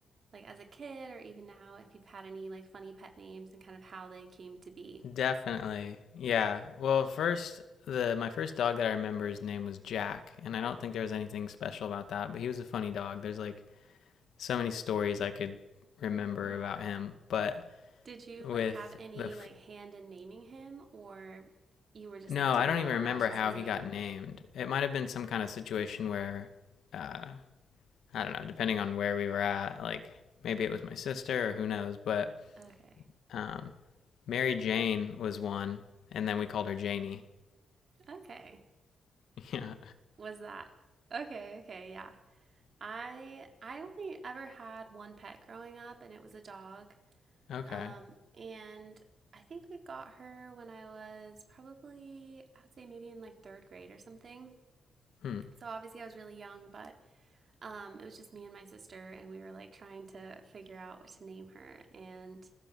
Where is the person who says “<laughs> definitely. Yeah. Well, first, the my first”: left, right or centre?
Left